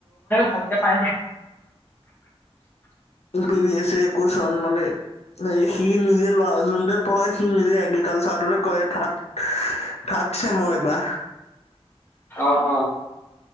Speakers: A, on the left (about 20°); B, on the left (about 80°).
A: ভালকে পাই য
B: <inaudible> পি ভ এছ কন মানে সি নিজে ল যোনটো পঢ়াই সি নিজেগে। কাল চাহদৰে কয় থাত থাটছে মই এইবা
A: অঁ অঁ।